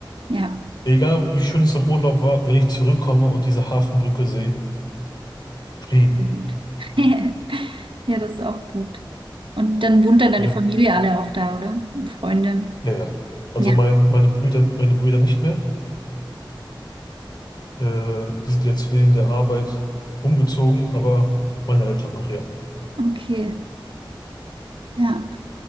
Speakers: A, on the right (about 80°); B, on the left (about 55°).
A: Ja.
B: Egal wie schön es im Urlaub war, wenn ich zurückkomme und diese Hafenbrücke sehe, Frieden.
A: Gut. <laughs> Ja, das ist auch gut. Und dann wohnt dann deine
B: Ja,
A: Familie alle auch da, oder? Und Freunde.
B: ja, ja. Also
A: Ja,
B: mein, meine Brüder, meine Brüder nicht mehr. Äh, die sind jetzt wegen der Arbeit umgezogen, aber meine Eltern noch, ja.
A: okay. Ja,